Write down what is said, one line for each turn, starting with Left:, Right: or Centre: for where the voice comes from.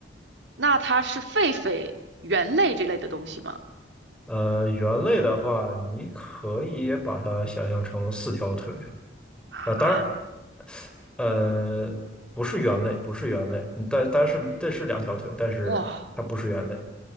Right: 那它是狒狒、猿类这类的东西吗？
Centre: 呃，猿类的话，你可以也把它想象成四条腿，
Right: 啊，
Centre: 啊，当然，呃，不是猿类，不是猿类，嗯但但是这是两条腿，但是它不是猿类，
Right: 哇